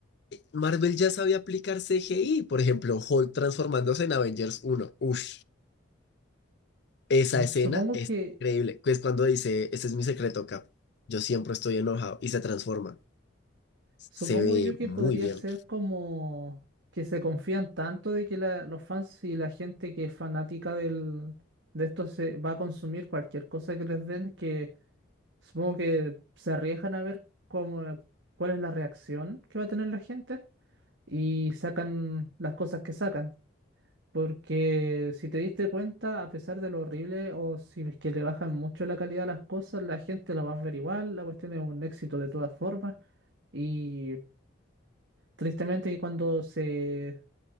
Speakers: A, on the left; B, on the right.
A: Marvel ya sabía aplicar CGI. Por ejemplo, Hulk transformándose en Avengers uno Uff, esa escena
B: Supongo
A: es
B: que.
A: increíble. Que Es cuando dice, este es mi secreto, Cap. Yo siempre estoy enojado y se transforma.
B: Supongo
A: Se ve
B: yo que
A: muy
B: podría
A: bien.
B: ser como que se confían tanto de que la- los fans y la gente que es fanática del, de esto se va a consumir cualquier cosa que les den, que supongo que se arriesgan a ver cómo, cuál es la reacción que va a tener la gente y sacan las cosas que sacan. Porque si te diste cuenta, a pesar de lo horrible o si es que le bajan mucho la calidad a las cosas, la gente lo va a ver igual, la cuestión es un éxito de todas formas. Y Tristemente que cuando se